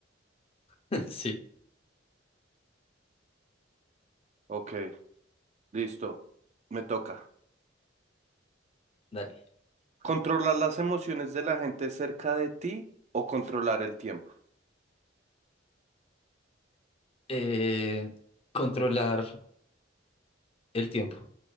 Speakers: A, on the left (about 30°); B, on the right (about 35°).
A: <laughs> Sí,
B: Ok, listo. Me toca.
A: dale.
B: ¿Controlar las emociones de la gente cerca de ti o controlar el tiempo?
A: eh, controlar el tiempo.